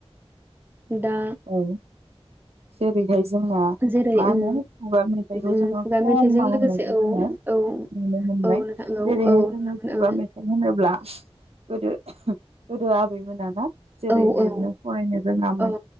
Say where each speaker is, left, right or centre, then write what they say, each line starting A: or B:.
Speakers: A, on the right; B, on the right.
A: दा
B: औ जेरैहाय जोंना
A: जेरै
B: मा होनो
A: उम
B: खुगा मेथाइखौ
A: उम
B: जोङो
A: खुगा
B: <unintelligible>
A: मेथाइजों
B: होयनायखौ
A: लोगोसे औ
B: जोङो नुनो
A: औ
B: मोनबाय
A: औ नोंथां औ
B: जेरैहाय
A: औ
B: जोङो
A: नुनो मोनो
B: खुगा मेथाइ होनोब्ला गोदो गोदो आबै मोनाना जेरै
A: ओं
B: लिरनो
A: औ
B: फरायनो रोङामोन
A: औ